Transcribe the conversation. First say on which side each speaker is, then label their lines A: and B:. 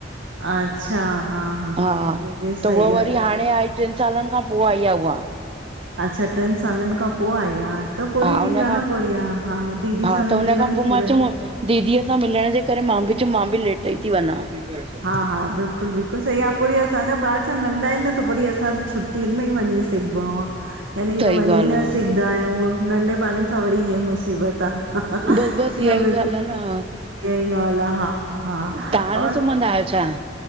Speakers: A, on the right; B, on the right.
A: अच्छा हा
B: हा
A: इहो बि
B: त
A: सही
B: उह वरी
A: आ
B: हाणे आई टिनि सालनि खां पोइ आई आहे उहा
A: अच्छा टिनि सालनि खां पोइ आईआ। त पोइ वरी
B: हा हुन
A: ठीकु आहे
B: खां
A: न पोइ वरी हा दीदी
B: हा
A: सां
B: त
A: बि
B: हुन
A: मिलण
B: खां पोइ
A: थी
B: मां
A: वियो
B: चयमि दीदीअ सां मिलण जे करे मां बि चयो मां बि लेट ई थी वञा। सही
A: हा हा बिल्कुलु बिल्कुलु सही आहे पूरी असांजा ॿार छा नंढा आहिनि न त वरी असां त छुटियुनि में ई वञी सघिबो आ। यानी ईअं वञी
B: ॻाल्हि
A: न
B: आहे
A: सघंदा आहियूं नंढे ॿारनि सां वरी हे मुसीबत आ। कीअं
B: बस बस इहा ई
A: व इ
B: ॻाल्हि आहे न हा
A: ई ॻाल्हि आहे हा हा हा
B: तव्हां न
A: और
B: सुम्हंदा आहियो छा?